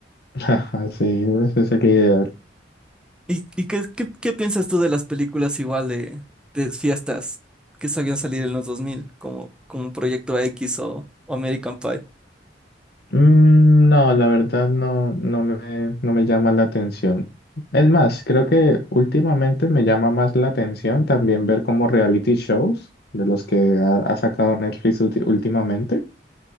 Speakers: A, on the left (about 60°); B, in the centre.
A: <laughs> sí, ese es el ideal.
B: ¿Y, y qué, qué, qué piensas tú de las películas igual de, de fiestas que sabían salir en los 2000 como, como Proyecto X o, o American Pie?
A: Mm, No, la verdad no, no me, no me llama la atención. Es más, creo que últimamente me llama más la atención también ver como reality shows de los que ha, ha sacado Netflix ulti- últimamente.